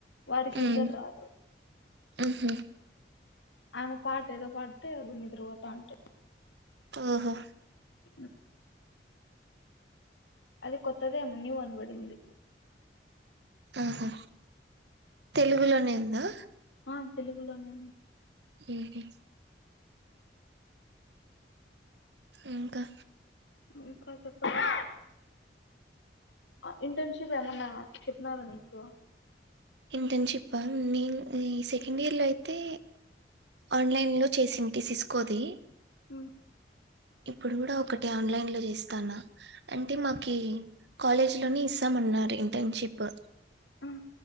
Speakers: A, on the left; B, on the right.
A: వాడికి నిద్దర్
B: మ్మ్
A: రాదు.
B: మ్హూ
A: ఆమె పాట్ ఏదో పాడితే అప్పుడు నిద్ర పోతాంటే
B: ఓహో
A: ఊ అది కొత్తదేమో న్యూ అని పడింది.
B: ఆహా, తెలుగులోనే ఉందా.
A: ఆ తెలుగులోనే ఉం.
B: సరే ఇంకా
A: ఇంకా చెప్పాలి. అ ఇంటర్న్షిప్ ఏమన్నా చెప్నారా మీకు.
B: ఇంటర్న్షిప్పా, నేన్ ఈ సెకండ్ ఇయర్ లో అయితే. ఆన్లైన్ లో చేసింటి. సిస్కోతి.
A: ఉ
B: ఇప్పుడు కూడా ఒకటి ఆన్లైన్ లో చేస్తాన్న. అంటే మాకి కాలేజ్ లోని ఇస్సాం. అన్నార్ ఇంటర్న్షిప్.
A: ఆ